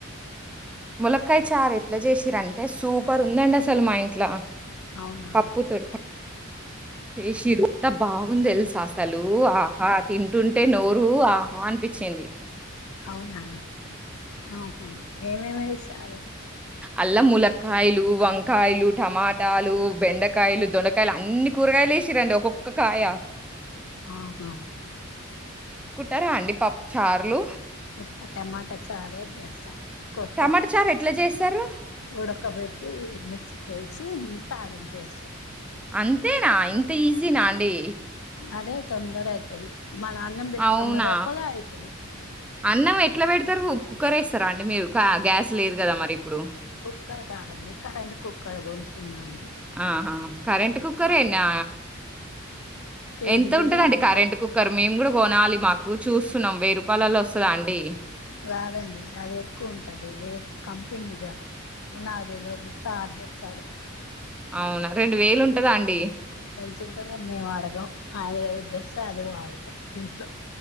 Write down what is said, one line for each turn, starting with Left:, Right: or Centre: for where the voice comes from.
Centre: ములక్కయ చారు ఎట్లా చేసిర్రు అంటే సూపర్ ఉందండి. అసలు మా ఇంట్ల
Left: అవునా
Centre: పప్పు తోటి చేసిర్రు ఎంత బాగుంది. తెలుస అసలు ఆహా తింటుంటే నోరు ఆహా అనిపించింది.
Left: అవునా ఆహ ఏమేమి వేసారు
Centre: అల్ల ములక్కయలు వంకాయలు టమాటాలు బెండకాయలు దొండకాయలు అన్ని కూరగాయలు ఏసిరండి ఒక్కొక్క కాయ.
Left: ఆహా
Centre: తింటారా అండి. పప్పు చారులు
Left: ఉత్త టమాట చారే జెస్తాం ఇంకొక్క
Centre: టమాటా
Left: కప్పిస్
Centre: చారు ఎట్లా చేస్తారు
Left: ఉడకబెట్టి మిస్ పిసికేసి తాలింపేస్తాం.
Centre: అంతేనా ఇంత ఈజీనా అండి.
Left: అదే తొందర అయితది మన అన్నం పెట్టుకునే
Centre: అవునా
Left: లోపల అయితది
Centre: అన్నం ఎట్లా పెడతారు కుక్కర్ రైస్ పెడతారా అండి మీరు గ్యాస్ లేదు గాదా మరి ఇప్పుడు
Left: కుక్కర్ కాదండి కరెంటు కుక్కర్ కొనుక్కున్నా అండి.
Centre: ఆహా కరెంటు కుక్కర్ ఏనా
Left: కేజీ
Centre: ఎంతుంట
Left: బియ్యం
Centre: అండి.
Left: ఉడుకుతాయి
Centre: కరెంటు కుక్కర్ మేం కూడా కొనాలి మాకు చూస్తున్నాం, వెయ్యి రూపాయలలో వస్తద అండి.
Left: రాదండి అది ఎక్కువ ఉంటది రేటు కంపెనీగా నాకు తెలవదు సార్ తెచ్చాడు.
Centre: అవునా రెండు వేలు ఉంటదా అండి.
Left: ఎంతఉంటదని మేము అడగం ఆయన ఏది తెస్తే అదే వాడతాం ఇంట్లో.